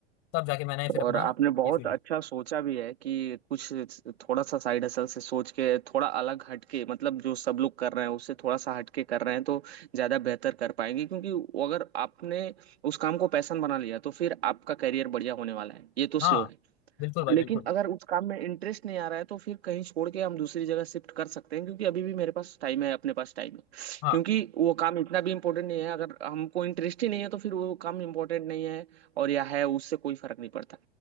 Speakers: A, on the left (about 45°); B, on the right (about 70°).
A: तब जाके मैंने फिर अपना
B: और आपने बहुत
A: ये फील्ड
B: अच्छा सोचा भी है कि कुछ थोड़ा सा साइड हसल से सोच के थोड़ा अलग हटके मतलब जो सब लोग कर रहे हैं उससे थोड़ा सा हटके कर रहे हैं तो ज़्यादा बेहतर कर पाएंगे क्योंकि वो अगर आपने उस काम को पैशन बना लिया तो फिर आपका करियर बढ़िया होने वाला है ये तो
A: हाँ
B: श्योर है
A: बिल्कुल भाई
B: लेकिन
A: बिल्कुल
B: अगर उस काम में इंटरेस्ट नहीं आ रहा है तो फिर कहीं छोड़ के हम दूसरी जगह शिफ्ट कर सकते हैं क्योंकि अभी भी मेरे पास टाइम है अपने पास टाइम है
A: हाँ
B: क्योंकि वो काम इतना भी इम्पोर्टेंट नहीं है अगर हमको इंटरेस्ट ही नहीं है तो फिर वो काम इम्पोर्टेंट नहीं है और या है उससे कोई फर्क नहीं पड़ता